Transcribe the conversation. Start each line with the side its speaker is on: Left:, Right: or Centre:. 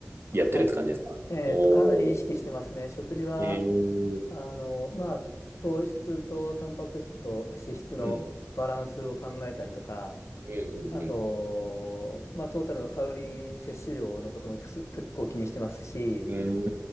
Right: やってるって感じですかおー。
Left: はい。えーっと、かなり意識してますね。食事は、
Right: えー。
Left: あの、まあ、糖質とタンパク質と脂質のバランスを考えたりとか、
Right: うんうんうん
Left: あと、まあ、トータルのカロリー摂取量のこともくす結構気にしてますし、
Right: うん。う